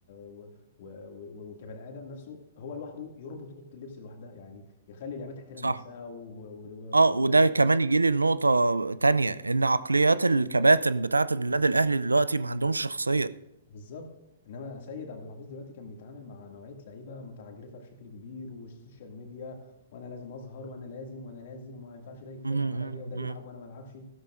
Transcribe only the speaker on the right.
صح
اه
وده
كمان يجي لي النقطة تانية ان عقليات الكباتن بتاعة النادي الاهلي دلوقتي ما عندهمش شخصية
مم، مم،
مم.